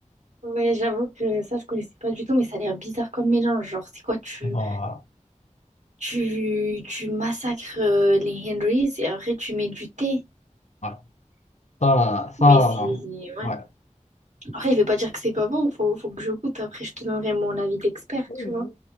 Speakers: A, on the right; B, on the left.
A: Ouais, j'avoue que ça, je connaissais pas du tout, mais ça a l'air bizarre comme mélange. Genre, c'est quoi, tu,
B: Voilà.
A: tu, tu massacres euh, les Henrys et après tu mets du thé.
B: Ouais. Ça, ça,
A: Mais c'est. Ouais.
B: ouais.
A: Après, je vais pas dire que c'est pas bon, faut, faut que je goûte. Après, je te donnerai mon avis d'expert,
B: Oui,
A: tu
B: oui,
A: vois.